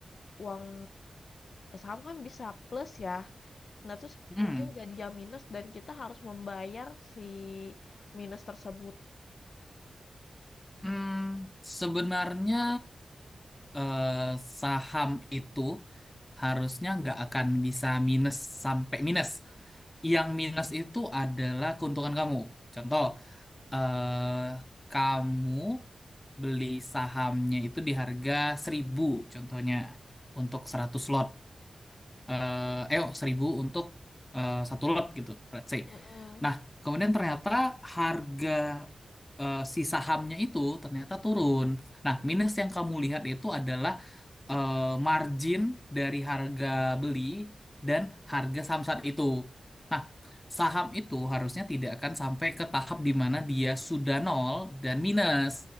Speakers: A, on the left; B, on the left.
A: uang saham kan bisa plus ya. Nah, terus
B: Hmm,
A: mungkin jadi yang minus dan kita harus membayar si minus tersebut.
B: hmm, sebenarnya eh, saham itu harusnya nggak akan bisa minus sampai minus. Yang minus itu adalah keuntungan kamu. Contoh, eh, kamu beli sahamnya itu di harga 1000, contohnya untuk 100 lot. Eh, eh oh, untuk eh, satu lot gitu, let's say.
A: Mhm.
B: Nah, kemudian ternyata harga eh, si sahamnya itu ternyata turun. Nah, minus yang kamu lihat itu adalah eh, margin dari harga beli dan harga saham saat itu. Nah, saham itu harusnya tidak akan sampai ke tahap di mana dia sudah nol dan minus.